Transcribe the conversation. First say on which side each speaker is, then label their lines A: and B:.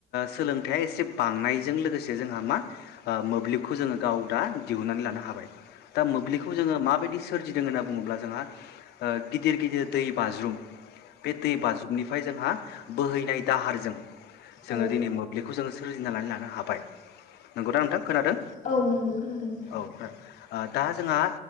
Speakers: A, on the left (about 75°); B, on the left (about 50°).
A: सोलोंथाइया एसे बांनायजों लोगोसे जोंहा मा ओ मोब्लिबखौ जोङो गाव दा दिहुननानै लानो हाबाय दा मोब्लिबखौ जोङो माबायदि सोर जिदों होनना बुङोब्ला जोंहा ओ गिदिर गिदिर बाज्रुम बे दै बाजुनिफ्राय जोंहा बोहैनाय दाहारजों
B: औ
A: जोङो दिनै मोब्लिबखौ जोङो सोर नानै लानो हाबाय नंगौदा नोंथां खोनादों
B: औ नंगौ खोनादों नोंथां
A: औ ओ दा जोंहा